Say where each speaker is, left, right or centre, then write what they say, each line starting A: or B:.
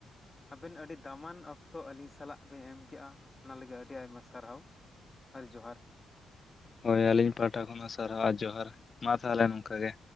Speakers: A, on the left; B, on the left.
A: ᱟᱵᱮᱱ ᱟᱹᱰᱤ ᱫᱟᱢᱟᱱ ᱚᱠᱛᱚ ᱟᱹᱞᱤᱧ ᱥᱟᱞᱟᱜ ᱵᱤᱱ ᱮᱢ ᱠᱮᱜᱼᱟ ᱚᱱᱟ ᱞᱟᱹᱜᱤᱫ ᱟᱹᱰᱤ ᱟᱭᱢᱟ ᱥᱟᱨᱦᱟᱣ ᱟᱨ ᱡᱚᱦᱟᱨ
B: ᱦᱳᱭ ᱟᱹᱞᱤᱧ ᱯᱟᱦᱴᱟ ᱠᱷᱚᱱ ᱦᱚᱸ ᱥᱟᱨᱦᱟᱣ ᱟᱨ ᱡᱚᱦᱟᱨ ᱢᱟ ᱛᱟᱞᱦᱮ ᱱᱚᱝᱠᱟ ᱜᱮ